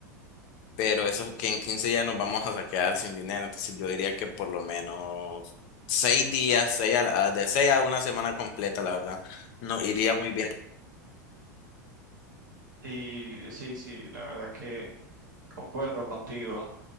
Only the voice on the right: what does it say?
Y sí, sí, la verdad que concuerdo contigo.